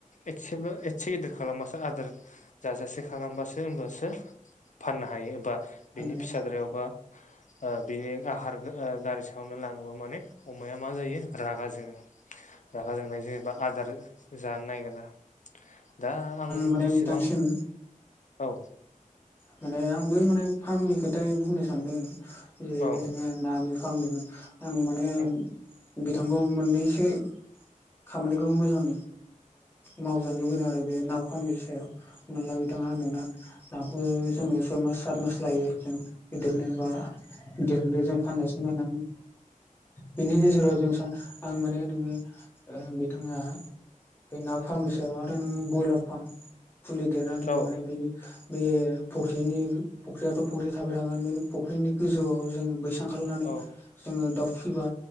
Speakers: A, on the left (about 60°); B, on the left (about 15°).
A: एसेबो एसे गिदिर खालामबासो आदार जाजासे खालामबासो होमबासो फाननो हायो बा
B: फाननाय
A: बिनि फिसाद्रायावबा ओ बेनि आहार गारि सायावनो लाङोबा माने अमाया मा जायो रागा जोङो रागा जोंनाय जेनेबा आदार जानो नागिरा दा आं
B: माने
A: जेसेबां
B: बिथांसिम
A: औ
B: माने आंबो माने फार्मनि खोथा बुंनो सानदों जे
A: औ
B: बिथाङा नानि फार्म लुनो आं माने
A: औ
B: बिथांखौ मोननैसो खामानिखौ मोजां मावजानो लुुबैदों आरो बे नाव फारनि सायाव। हना ला बिथाङा होनदोंना नाखौ जोङो
A: औ
B: सय मास सात मास लायो जों गिदिरनो बा देरनो जों फानजासाम नायांगौ बेनि गेजेराव जों सानो आं माने नोङो बिथाङा बे ना फार्मनि सायाव आरो नोङो ब्रयलार फार्म फुलि देरनानै
A: औ
B: हो माने बेनि बे फख्रिनि फुख्रियाथ' फख्रि थाबाय थागोन बे फुख्रिनि गोजौआव जोङ बैसां खालामनानै
A: औ
B: जोङो दाउ फिबा